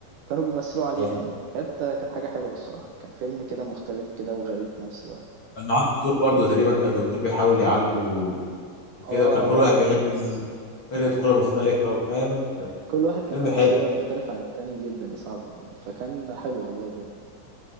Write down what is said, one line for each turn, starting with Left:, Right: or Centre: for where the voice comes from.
Right: كانوا بيمثلوا عليها
Left: اه
Right: يعني فكانت كانت حاجة حلوة الصراحة كان فيلم كده مختلف كده وغريب في نفس الوقت
Left: كان معاه دكتور برضه تقريبا كان الدكتور بيحاول يعالجه وكده
Right: اه
Left: وكان كل واحد
Right: انا
Left: بيحب فرقة
Right: <laughs>
Left: كورة مختلفة وفاهم كان
Right: كل واحد كان
Left: فيلم
Right: له شخصية
Left: حلو
Right: مختلفة عن التاني جدا يا صعب فكان حلو والله بجد